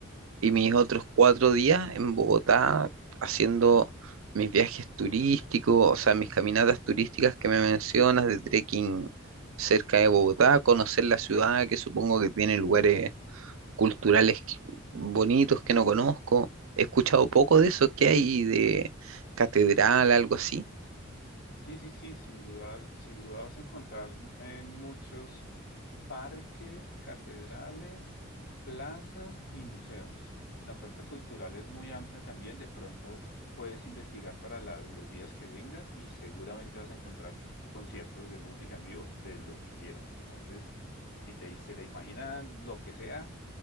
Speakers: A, on the right; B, on the left.
A: y mis otros cuatro días en Bogotá haciendo mis viajes turísticos, o sea, mis caminatas turísticas que me mencionas de trekking cerca de Bogotá, conocer la ciudad, que supongo que tiene lugares culturales que- bonitos que no conozco. He escuchado poco de eso que hay de catedral, algo así.
B: Sí, sí, sí, sin duda, sin duda vas a encontrar eh, muchos parques, catedrales, plazas y museos. La oferta cultural es muy amplia también, de pronto puedes investigar para la- los días que vengas y seguramente vas a encontrar conciertos de música en vivo de lo que quieras. Entonces, si te, se te imagina lo que sea,